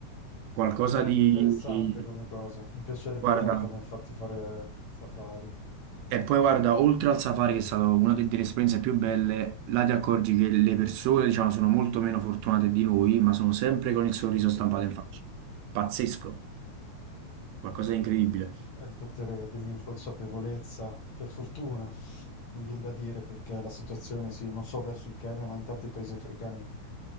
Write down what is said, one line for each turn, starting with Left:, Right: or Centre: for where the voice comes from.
Right: qualcosa
Left: È bello,
Right: di...
Left: interessante
Right: di-
Left: come cosa. Mi piacerebbe
Right: Guarda,
Left: tanto a me infatti fare safari.
Right: E poi guarda, oltre al safari, che è stata una de- delle esperienze più belle, là ti accorgi che le persone, diciamo, sono molto meno fortunate di noi, ma sono sempre con il sorriso
Left: Beh, certo.
Right: stampato in faccia. Pazzesco, qualcosa di incredibile.
Left: È il potere dell'inconsapevolezza, per fortuna, mi viene da dire, perché la situazione, sì, non so adesso in Kenya, ma in tanti paesi africani